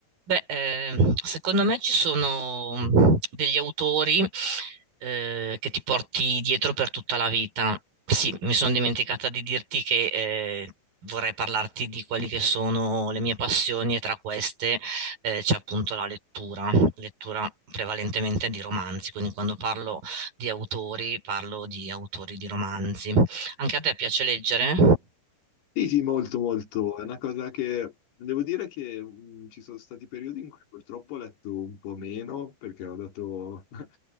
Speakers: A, on the right; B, on the left.
A: Beh, ehm, secondo me ci sono mh, degli autori eh, che ti porti dietro per tutta la vita. Sì, mi sono dimenticata di dirti che eh, vorrei parlarti di quali che sono le mie passioni e tra queste eh, c'è appunto la lettura, lettura prevalentemente di romanzi, quindi quando parlo di autori parlo di autori di romanzi. Anche a te piace leggere?
B: Sì, sì, molto, molto. È una cosa che devo dire che mh, ci sono stati periodi in cui purtroppo ho letto un po' meno perché ho dato <laughs>